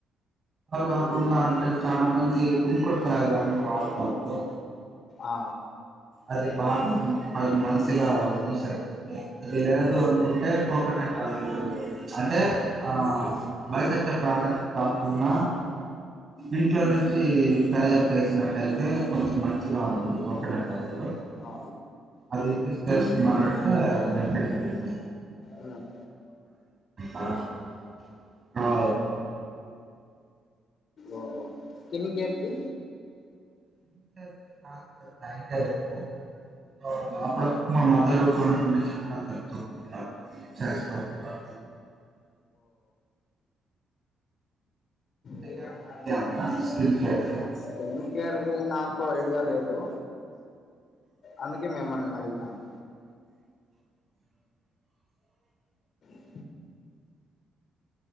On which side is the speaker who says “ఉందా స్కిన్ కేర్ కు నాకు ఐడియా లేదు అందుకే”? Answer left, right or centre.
Left